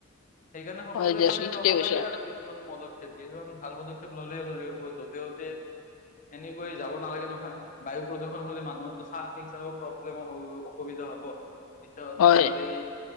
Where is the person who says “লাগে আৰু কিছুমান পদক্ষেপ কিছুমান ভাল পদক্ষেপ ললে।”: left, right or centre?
Left